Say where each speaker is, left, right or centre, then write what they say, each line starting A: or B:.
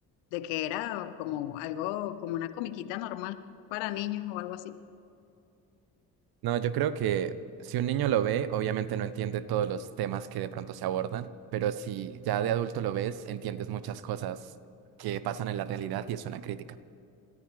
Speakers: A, on the left; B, on the right.
A: de que era como algo, como una comiquita normal para niños o algo así.
B: No, yo creo que si un niño lo ve, obviamente no entiende todos los temas que de pronto se abordan, pero si ya de adulto lo ves, entiendes muchas cosas que pasan en la realidad y es una crítica.